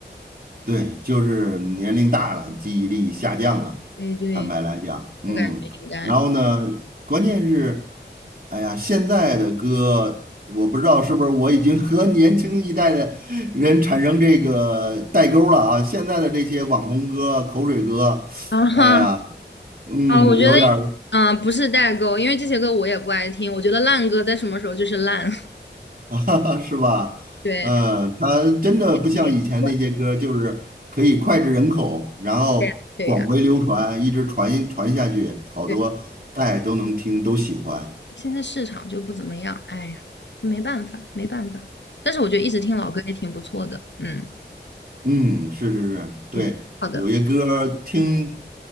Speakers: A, on the right (about 45°); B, on the left (about 75°).
A: 对，就是年龄大了，记忆力下降了，
B: 对对，
A: 坦白来讲，嗯，
B: 我感觉应该
A: 然后呢，
B: <laughs>
A: 关键是，哎呀，现在的歌，我不知道是不是我已经和 <laughs> 年轻一代的人产生这个代沟了啊。现在的这些网红歌、口水歌，
B: 啊哈
A: 哎呀，嗯，
B: 啊，我觉得
A: 有点儿
B: 嗯，不是代沟，因为这些歌我也不爱听，我觉得烂歌在什么时候就是烂，
A: 啊，<laughs> 是吧？
B: <laughs> 对，
A: 嗯，
B: 它
A: 它真的不像以前那些歌儿就是可以脍炙人口，
B: 特别怪，
A: 然后广为流传，
B: 对呀对呀。
A: 一直传传下去，好多代都能听，
B: 对
A: 都喜欢。
B: 现在市场就不怎么样，哎呀，没办法，没办法。但是我觉得一直听老歌也挺不错的，嗯
A: 嗯，是是是，对，
B: 嗯，好的，
A: 有些歌儿听